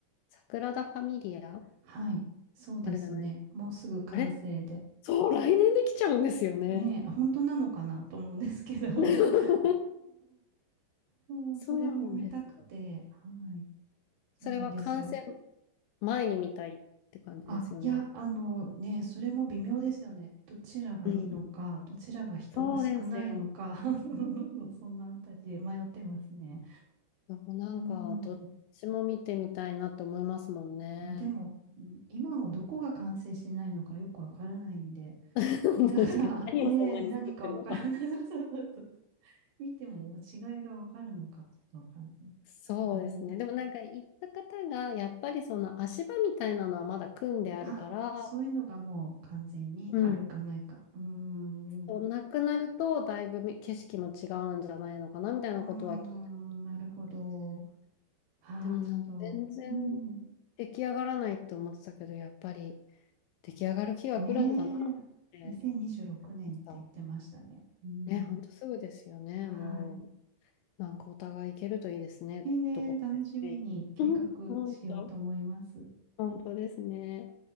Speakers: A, on the left; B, on the right.
A: サグラダ・ファミリア、
B: はい。そうですね。
A: あれじゃないですか。
B: もうすぐ完成で。
A: あれ、そう、来年できちゃうんですよね。
B: ねえ、本当なのかなと思うんですけど。
A: <laughs>
B: <laughs> そう、
A: そうなんですよ。
B: それも見たくて。はい。そうなんですよ。
A: それは感染前に見たいって感じですよね。
B: あ、いや、あのね、それも微妙ですよね。どちらがいいのか、
A: うん、
B: どちらが人が少ないのか、
A: そうですよね。
B: <laughs> そのあたりで迷ってますね。
A: なんか、なんかどっちも見てみたいなと思いますもんね。
B: うん。ね、でも、今もどこが完成しないのかよくわからないんで。
A: <laughs> 確かに。
B: だから、
A: 何をそんなに作ってるのか。
B: ね、何かわからない。<laughs> そうそうそうそう。見ても違いがわかるのか、ちょっとわかんないで
A: そうですね。
B: すね。
A: でもなんか行った方が、やっぱりその足場みたいなのはまだ組んであるから、
B: あ、そういうのがもう完全にあるかないか。
A: うん。
B: うーん。
A: そうなくなると、
B: う
A: だいぶみ景色も違うんじゃないのかな、みたいなことは聞いたことがあって。
B: ーん、なるほど。ああ、
A: でもなんか全然
B: ちょっと、うん、
A: 出来上がらないって思ってたけど、やっぱり出来上がる日が来るんだなっ
B: ねえ、
A: て思っ
B: 2026年って言ってましたね。
A: ました。
B: うん、
A: ね、ほんとすぐですよね、
B: はい。
A: もう。なんかお互い行けるといいですね。
B: えーね、
A: どこかですね。
B: 楽しみに計画しようと思います。
A: うん、本当、本当ですね。